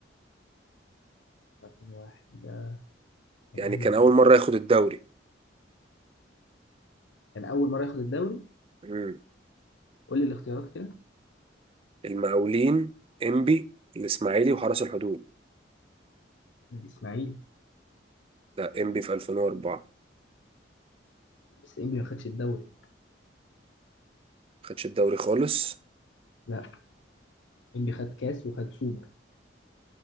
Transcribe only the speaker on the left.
2001 ده الاهلي
يا الاسماعيلي
كان اول مره ياخد الدوري
قول لي الاختيارات كده
الاسماعيلي
بس انبي ما خدش الدوري
لا انبي خد كاس وخد سوبر